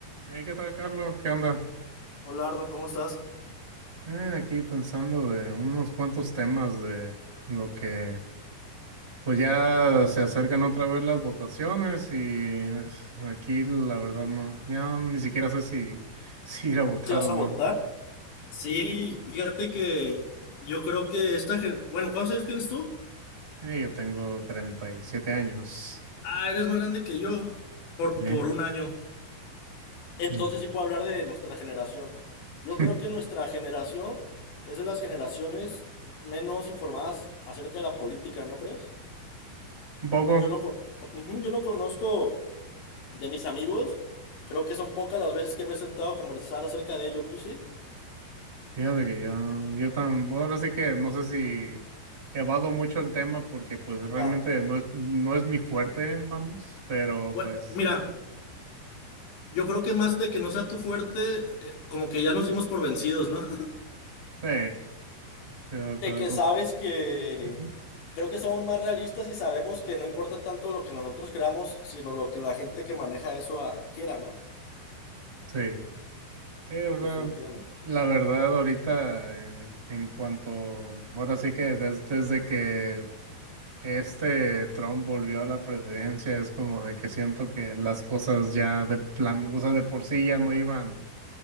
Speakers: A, on the right (about 25°); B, on the left (about 75°).
A: Hey, ¿qué tal, Carlos? ¿Qué onda?
B: Hola Arnold, ¿cómo estás?
A: Eh, aquí pensando de unos cuantos temas de lo que, pues ya se acercan otra vez las votaciones y eh, aquí la verdad no, ya ni siquiera sé si, <laughs> si ir a votar
B: ¿Sí vas
A: o
B: a
A: no.
B: votar? Sí, fíjate que yo creo que esta gen- Bueno, ¿cuántos años tienes tú?
A: Eh, yo tengo 37 años.
B: Ah, eres más grande que yo por,
A: Bien.
B: por un año. Entonces
A: Ok.
B: sí puedo hablar de nuestra generación. Yo
A: <laughs>
B: creo que nuestra generación es de las generaciones menos informadas acerca de la política, ¿no crees?
A: Un poco.
B: Yo no, con- Ujú, yo no conozco de mis amigos, creo que son pocas las veces que me he sentado a conversar acerca de ello, ¿tú sí?
A: Fíjate que yo, yo tan, ahora sí que no sé si evado mucho el tema porque pues realmente
B: Ah,
A: no es, no es mi fuerte, vamos, pero
B: Bueno,
A: pues...
B: mira. Yo creo que más de que no sea tu fuerte, eh, como que ya nos dimos por vencidos, ¿no? <laughs>
A: Sí, pero te
B: De
A: doy
B: que
A: com-
B: sabes que
A: Ujú.
B: creo que somos más realistas y sabemos que no importa tanto lo que nosotros creamos, sino lo que la gente que maneja eso ah, quiera, ¿no?
A: Sí, Eh, o sea,
B: Definitivamente.
A: la verdad ahorita en, en cuanto, ahora sí que des- desde que este Trump volvió a la presidencia es como de que siento que las cosas ya de plano, o sea, de por sí ya no iban